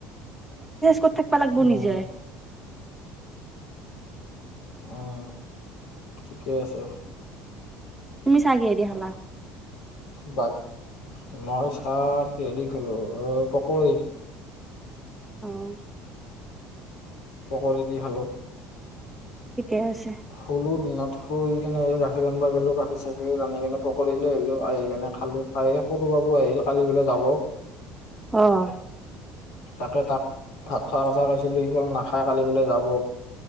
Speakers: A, in the centre; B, on the left.
A: কৰি থাকিবা লাগিব
B: উম
A: নিজে।
B: উম ঠিকে আছে।
A: তুমি চাহ কিহে দি খালা
B: বাট মই চাহ কিহেদি খালো এ পকৰি।
A: অ'
B: পকৰি দি খালো।
A: ঠিকে আছে।
B: শুলো দিনত শুই কিনে গাখীৰ আনবা গলো গাখীৰ চাখি আনি কিনে পকৰি লৈ আহিলো আহি কিনে খালো খাই সৰু পাব আহিল কালি বোলে যাব
A: অ'
B: তাকে তাক ভাত খোৱা কথা কৈছিলো সি বোলে নাখাই কালি বোলে যাব।